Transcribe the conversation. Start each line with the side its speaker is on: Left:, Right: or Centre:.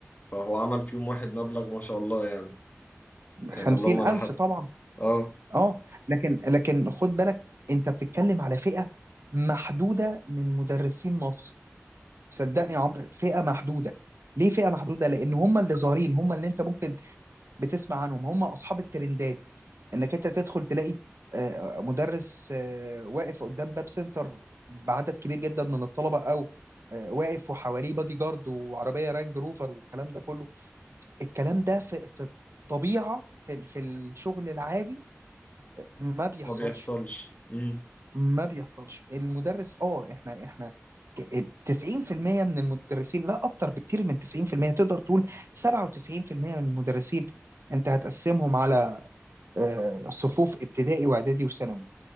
Left: فهو عمل في يوم واحد مبلغ ما شاء الله يعني يعني
Right: خمسين
Left: اللهم
Right: الف
Left: لا حسن
Right: طبعا
Left: اه
Right: اه لكن لكن خد بالك انت بتتكلم على فئه محدوده من مدرسين مصر صدقني يا عمرو فئه محدوده ليه فئه محدوده لان هم اللي ظاهرين هم اللي انت ممكن بتسمع عنهم هم اصحاب الترندات انك انت تدخل تلاقي آه، مدرس آه، واقف قدام باب سنتر بعدد كبير جدا من الطلبه او آه، واقف وحواليه بادي جارد وعربيه رانج روفر والكلام ده كله الكلام ده في في الطبيعه في في الشغل العادي ما بيحصلش
Left: ما بيحصلش مم.
Right: ما بيحصلش المدرس اه احنا احنا ك- 90% من المدرسين لا اكتر بكتير من 90% تقدر تقول 97% من المدرسين انت هتقسمهم على آه، صفوف ابتدائي واعدادي وثانوي